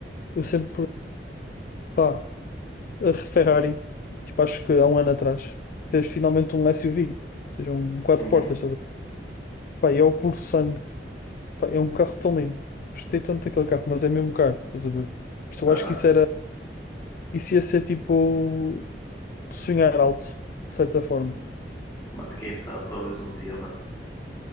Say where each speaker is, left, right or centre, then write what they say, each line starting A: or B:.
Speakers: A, on the left; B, on the left.
A: eu sempre, pá, a Ferrari, tipo, acho que há um ano atrás, fez finalmente um SUV, ou seja, um quatro
B: uhum.
A: portas. estás a ver? Pá, e é o puro sangue. Pá, é um carro tão lindo. Gostei tanto daquele carro, mas é mesmo caro, estás a ver? Por isso
B: Aham.
A: eu acho que isso era, isso ia ser tipo sonhar alto, de certa forma.
B: Mano, quem sabe, talvez um dia, mano.